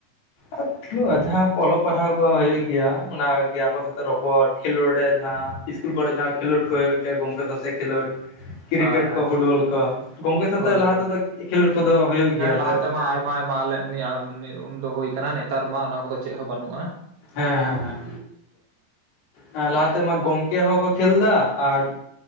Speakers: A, on the left; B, on the right.
A: ᱟᱹᱛ ᱾ ᱦᱩᱭᱳᱜᱼᱟ ᱡᱟᱦᱟᱸ ᱚᱞᱚᱜ ᱯᱟᱲᱦᱟᱣ ᱠᱚ ᱦᱩᱭᱩᱜ ᱜᱤᱭᱟ ᱚᱱᱟ ᱜᱮᱭᱟ ᱠᱚ ᱟᱠᱚ ᱥᱟᱛᱮ ᱨᱚᱯᱚᱲ ᱠᱷᱮᱞᱳᱰ ᱨᱮ ᱡᱟᱦᱟᱸ ᱤᱥᱠᱩᱞ ᱠᱚᱨᱮ ᱡᱟᱦᱟᱸ ᱠᱷᱤᱞᱳᱰ ᱦᱩᱭᱩᱜ ᱜᱮᱭᱟ ᱜᱚᱝᱠᱮ ᱥᱮ ᱠᱷᱤᱞᱳᱰ
B: <unintelligible>
A: ᱾ ᱠᱨᱤᱠᱮᱴ
B: ᱦᱮᱸ
A: ᱠᱚ ᱯᱷᱩᱴᱵᱚᱞ ᱠᱚ ᱜᱚᱝᱠᱮ ᱥᱟᱣ
B: ᱦᱳᱭ
A: ᱛᱮ ᱞᱟᱦᱟ
B: ᱦᱳᱭ
A: ᱛᱮᱫᱚ ᱠᱷᱮᱞᱳᱰ ᱠᱚᱫᱚ ᱦᱩᱭᱩᱜ
B: ᱦᱮᱸ
A: ᱜᱮᱭᱟ
B: ᱞᱟᱦᱟ
A: ᱥᱮ
B: ᱛᱮᱢᱟ ᱟᱭᱢᱟ ᱟᱭᱢᱟ ᱟᱞᱮ ᱫᱚ ᱱᱤᱭᱟᱹ ᱩᱸ ᱦᱩᱭ ᱠᱟᱱᱟ ᱱᱮᱛᱟᱨ ᱢᱟ ᱚᱱᱟ ᱠᱩᱫᱚ ᱪᱮᱫ ᱦᱚᱸ ᱵᱟᱹᱱᱩᱜᱼᱟ ᱾
A: ᱦᱮᱸ ᱦᱮᱸ ᱦᱮᱸ ᱞᱟᱦᱟᱛᱮᱢᱟ ᱜᱚᱝᱠᱮ ᱦᱩᱸᱠᱚ ᱠᱷᱮᱞ ᱮᱫᱟ ᱾ ᱟᱨ